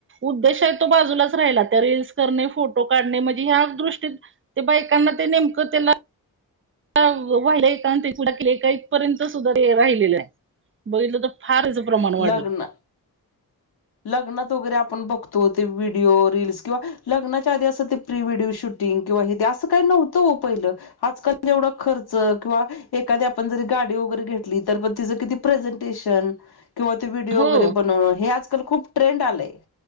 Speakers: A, on the right; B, on the left.
A: उद्देश हाय तो बाजूलाच राहिला. त्या रीलल्स करणे, फोटो काढणे. म्हणजे ह्या दृष्टीत ते बाईकांना ते नेमकं, त्याला त्या वा वाहिलय का?, न ते पूजा केली का? इथपर्यंत सुद्धा तें राहिलेलं नाय. बघितलं त, फार ह्याचं प्रमाण वाढलंय.
B: लग्न लग्नात वगैरे आपण बघतो. ते व्हिडिओ, रील्स किंवा लग्नाच्या आधी असं ते प्री व्हिडिओ शूटिंग किंवा हे ते असं काय नव्हतं ओ पहिलं आजकाल एवढा खर्च. किंवा एखादी आपण जरी गाडी वगैरे घेतली. तर म तिज किती प्रेझंटेशन किंवा ते व्हिडिओ
A: हो
B: वगैरे बनवणं. हे आजकाल खूप ट्रेंड आलंय.